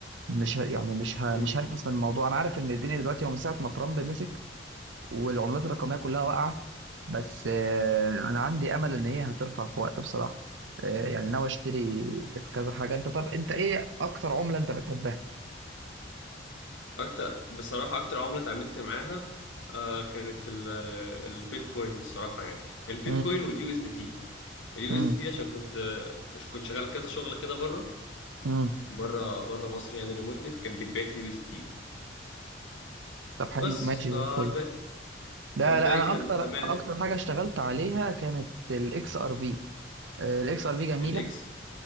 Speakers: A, on the right; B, on the left.
A: مش ه- يعني مش ه-
B: مم.
A: مش هنقص من الموضوع انا عارف ان الدنيا دلوقتي هو من ساعه ما ترامب مسك والعملات الرقمية كلها واقعة بس آه، أنا عندي أمل إن هي هترفع في وقت بصراحة آه، يعني ناوي أشتري في كذا حاجة أنت طب أنت إيه أكتر عملة أنت بتحبها؟
B: أكتر بصراحة أكتر عملة اتعاملت معاها آه كانت ال- البيتكوين الصراحة يعني البيتكوين
A: مم.
B: واليو اس دي تي اليو
A: مم.
B: اس دي تي عشان كنت كنت شغال كذا شغلة كده بره
A: مم.
B: بره بره مصر يعني ريموتلي فكان بيتبعت لي يو اس دي تي
A: طب حلو
B: بس
A: ماشي
B: فالباقي
A: زي الفل لا
B: الباقي
A: لا أنا
B: كان
A: أكتر
B: تمام
A: أكتر حاجة اشتغلت عليها كانت الإكس آر بي الإكس آر بي جميلة
B: الإكس